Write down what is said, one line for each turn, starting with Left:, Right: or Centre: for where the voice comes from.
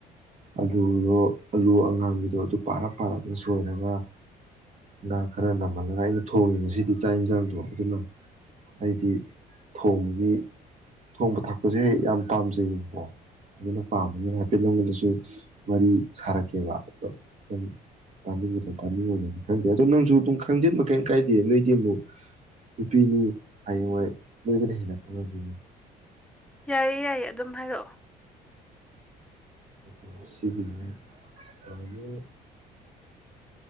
Right: ꯑꯂꯨꯗꯣ ꯑꯂꯨ ꯑꯉꯥꯡꯕꯤꯗꯣ ꯑꯗꯨ ꯄꯥꯔꯞ ꯄꯥꯔꯞꯅ ꯁꯣꯏꯔꯒ ꯉꯥ ꯈꯔ ꯅꯝꯍꯜꯂꯒ ꯑꯩꯅ ꯊꯣꯡꯉꯦ ꯉꯁꯤꯗꯤ ꯆꯥꯛ ꯏꯟꯖꯥꯡꯗꯣ ꯑꯗꯨꯅ ꯑꯩꯗꯤ ꯊꯣꯡꯕꯒꯤ ꯊꯣꯡꯕ ꯊꯥꯛꯄꯖꯦ ꯌꯥꯝ ꯄꯥꯝꯖꯩꯕꯀꯣ ꯑꯗꯨꯅ ꯄꯥꯝꯕꯅꯤꯅ ꯍꯥꯏꯐꯦꯠ ꯅꯪꯉꯣꯟꯗꯖꯨ ꯋꯥꯔꯤ ꯁꯥꯔꯛꯀꯦꯕ ꯑꯗꯣ ꯅꯪ ꯇꯥꯅꯤꯡꯒꯗ꯭ꯔ ꯇꯥꯅꯤꯡꯉꯣꯏꯗ꯭ꯔꯗꯤ ꯈꯪꯗꯦ ꯑꯗꯣ ꯅꯪꯖꯨ ꯑꯗꯨꯝ ꯈꯪꯖꯤꯟꯕ ꯀꯩꯝ ꯀꯥꯏꯗꯦ ꯅꯣꯏꯗꯤ ꯑꯃꯨꯛ ꯅꯨꯄꯤꯅꯤ ꯍꯌꯦꯡ ꯋꯥꯏ ꯅꯣꯏꯗꯅ ꯍꯦꯟꯅ ꯈꯪꯉꯗꯣꯏꯅꯤ꯫
Centre: ꯌꯥꯏꯌꯦ ꯌꯥꯏꯌꯦ ꯑꯗꯨꯝ ꯍꯥꯏꯔꯛꯑꯣ꯫
Right: <unintelligible>